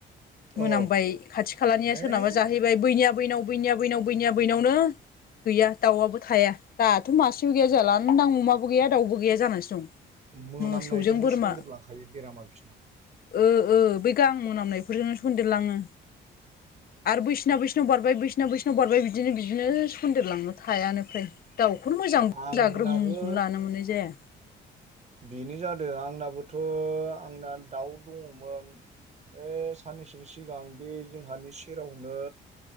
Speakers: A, on the left; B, on the right.
A: मोनामबाय
B: औ
A: खाथि खालानिया
B: ए
A: सोरनाबा जाहैबाय बैनिया बैनाव बैनिया बैनाव बैनिया बैनावनो गैया दाउआबो थाया, दाथ' मासेबो गैया जालांदां अमाबो गैया दाउबो गैया जानानैसो दं।
B: मोनामनायजोंनो
A: मोसौजों बोरमा
B: सन्देर लांखायो बेरामा बिसना।
A: ओ ओ बै गाहां मोनामनायफोरजोंनो सदेरलांङो। आरो बैसिना बैसिनाव बारबाय, बैसिना बैसिनाव बारबाय बिदिनो बिदिनो सु सन्देरलांनो थायानो फ्राय, दाउखौनो मोजां
B: आंनाबो
A: जाग्रोमखौनो लानो मोननाय जाया।
B: बेनो जादों आंनाबोथ' आंना दाउ दङमोन बे साननैसोनि सिगां बे जोंहानि सेरावनो